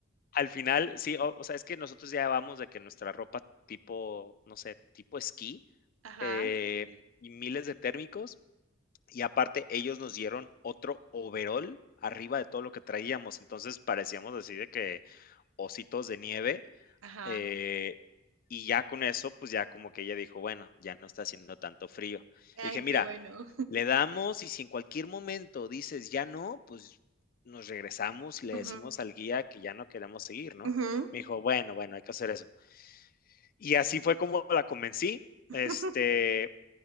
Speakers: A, on the left; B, on the right.
A: Al final, sí, o o sea, es que nosotros ya vamos de que nuestra ropa tipo, no sé, tipo esquí,
B: Ajá.
A: eh,
B: Sí.
A: y miles de térmicos, Y aparte, ellos nos dieron otro overol arriba de todo lo que traíamos. Entonces parecíamos así de que ositos de nieve.
B: Ajá.
A: eh, y ya con eso, pues ya como que ella dijo, bueno, ya no está haciendo tanto frío.
B: Ay,
A: Y dije, mira,
B: qué bueno.
A: le damos y si en cualquier momento dices ya no, pues nos regresamos y le
B: Ujú,
A: decimos al guía que ya no queremos seguir, ¿no?
B: ujú.
A: Me dijo, bueno, bueno, hay que hacer eso. Y así fue como la convencí.
B: <laughs>
A: Este,